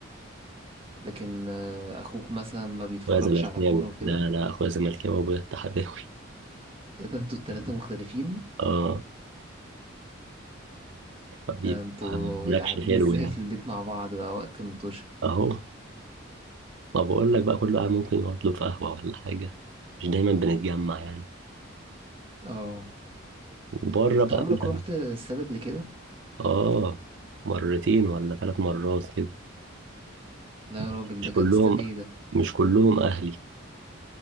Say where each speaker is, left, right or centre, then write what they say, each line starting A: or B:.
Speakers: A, on the right; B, on the right.
A: لكن آه، أخوك مثلا ما بيتفرجش
B: أخويا زملكاوي
A: على كورة وكده
B: لا لا أخويا زملكاوي وأبويا اتحداوي
A: ايه ده انتوا التلاتة مختلفين
B: أه فبيبقى
A: ده انتوا
B: نكش
A: قاعدين
B: حلو
A: ازاي
B: يعني
A: في البيت مع بعض بقى وقت المطوشة
B: أهو ما بقول لك بقى كل واحد ممكن يقعد له في قهوة ولا حاجة مش دايما بنتجمع يعني
A: اه
B: وبره
A: انت
B: بقى
A: عمرك
B: يعني
A: رحت استاد قبل كده
B: أه مرتين ولا ثلاث مرات كده
A: لا
B: بس
A: يا راجل
B: مش
A: ده كان
B: كلهم
A: استاد ايه ده
B: مش كلهم أهلي